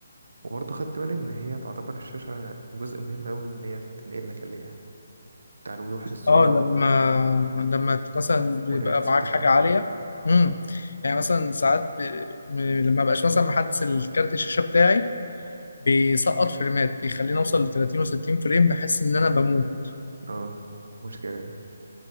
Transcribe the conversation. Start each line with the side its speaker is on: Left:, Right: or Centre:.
Right: وبرضه خدت بالي إن هي تعتبر الشاشة جزء مهم أوي من إن هي تنقل لك اللي هي بتاع الوضوح في الصورة
Left: اه لما
Right: وال...
Left: لما ت- مثلا بيبقى
Right: والهيرتز
Left: معاك
Right: بتاعها
Left: حاجة عالية امم يعني مثلا ساعات ب... م- لما بقاش مثلا محدث الكارت الشاشة بتاعي بيسقط فريمات بيخليني اوصل ل 30 و60 فريم بحس ان انا بموت
Right: اه مشكلة دي